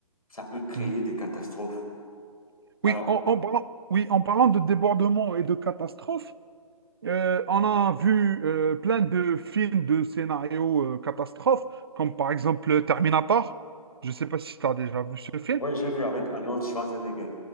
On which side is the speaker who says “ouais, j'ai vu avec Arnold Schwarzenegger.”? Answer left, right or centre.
Left